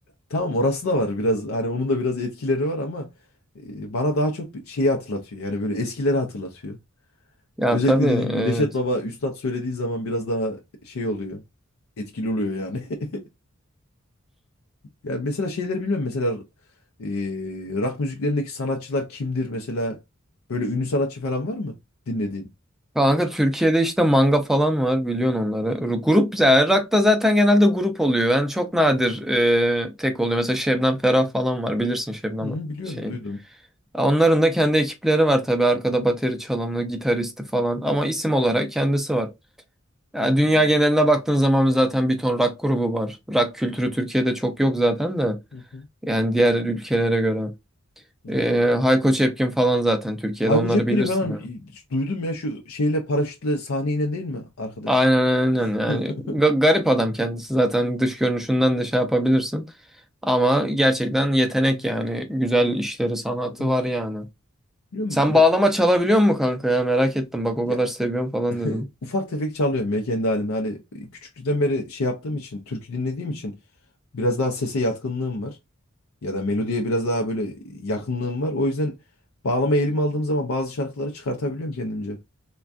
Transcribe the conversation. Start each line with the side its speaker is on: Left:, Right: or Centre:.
Left: tamam orası da var biraz hani onun da biraz etkileri var ama e, bana daha çok bir şeyi hatırlatıyor. Yani böyle eskileri hatırlatıyor.
Centre: Ya
Left: Özellikle
Centre: tabii
Left: dediğim
Centre: evet.
Left: gibi Neşet Baba Üstad söylediği zaman biraz daha şey oluyor. Etkili oluyor yani. <laughs> Ya mesela şeyleri bilmiyorum mesela e, rock müziklerindeki sanatçılar kimdir mesela böyle ünlü sanatçı falan var mı dinlediğin?
Centre: Kanka Türkiye'de işte manga falan var biliyorsun onları. Grup yani rock'ta zaten genelde grup oluyor. Yani çok nadir e, tek oluyor. Mesela Şebnem Ferah falan var bilirsin Şebnem
Left: Hı, biliyorum
Centre: şeyi.
Left: duydum.
Centre: Onların da kendi ekipleri var tabii arkada bateri çalanı, gitaristi falan ama isim olarak kendisi var. Yani
Left: Hı,
Centre: dünya geneline baktığın zaman zaten bir ton rock grubu var. Rock kültürü Türkiye'de çok yok zaten de.
Left: hı, hı,
Centre: Yani diğer ülkelere göre.
Left: evet.
Centre: E, Hayko Cepkin falan zaten Türkiye'de
Left: Hayko
Centre: onları
Left: Cepkin'i
Centre: bilirsin.
Left: falan
Centre: yani.
Left: e, duydum ya şu şeyle paraşütle sahneye inen değil mi arkadaş?
Centre: Aynen aynen
Left: <laughs>
Centre: yani Ga- garip adam kendisi zaten dış görünüşünden de şey yapabilirsin ama gerçekten yetenek yani güzel işleri sanatı
Left: Evet.
Centre: var yani.
Left: Biliyor musun?
Centre: Sen
Left: Ra-
Centre: bağlama çalabiliyor musun kanka ya merak ettim bak o
Left: Ya,
Centre: kadar seviyorum falan dedim.
Left: e, ufak tefek çalıyorum ya kendi halimde. Hani e, küçüklükten beri şey yaptığım için, türkü dinlediğim için biraz daha sese yatkınlığım var. Ya da melodiye biraz daha böyle yakınlığım var. O yüzden bağlama elime aldığım zaman bazı şarkıları çıkartabiliyorum kendimce.